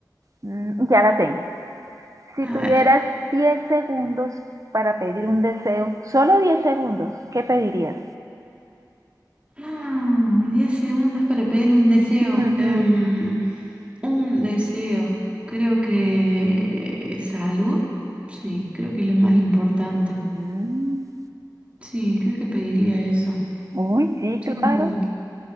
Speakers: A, on the right (about 45°); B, on the right (about 15°).
A: mm, ya la tengo. Si
B: a
A: tuvieras
B: ver.
A: 10 segundos para pedir un deseo, solo 10 segundos, ¿qué pedirías?
B: Ah, 10 segundos para pedir un deseo.
A: Ujú.
B: Em, un deseo. Creo que salud. Sí, creo que es lo más importante.
A: Mm.
B: Sí, creo que pediría eso.
A: Uy, sí,
B: Sin
A: claro.
B: duda.